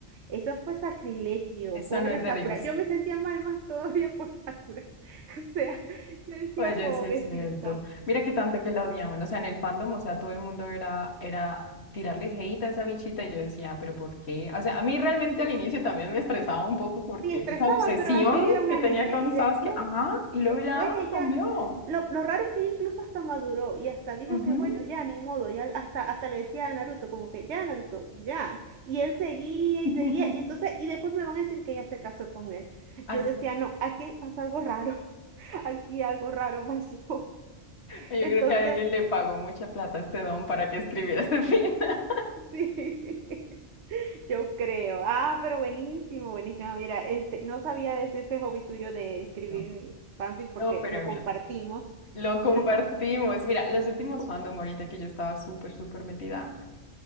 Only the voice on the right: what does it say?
eso fue sacrilegio,
pobre
Sakura.
Yo me sentía mal más <laughs> todavía por Sakura. <laughs> O sea, yo decía,
pobrecita.
Sí, estresaba,
pero al fin era una
niña
y después
Después
ella,
lo, lo raro es que ella incluso hasta maduró y hasta dijo
que bueno, ya ni modo, ya hasta, hasta le decía a Naruto como que ya Naruto, ya. Y él seguía
y seguía y entonces, y después me van a decir que ella se casó con él.
Yo
decía, no, aquí pasó algo raro, <laughs> aquí algo raro pasó. <laughs>
Entonces,
sí, <laughs> yo creo. Ah, pero buenísimo, buenísimo. Mira, este, no sabía de ese ese hobby tuyo de, de escribir
fanfic porque
lo
compartimos.
Lo compartimos.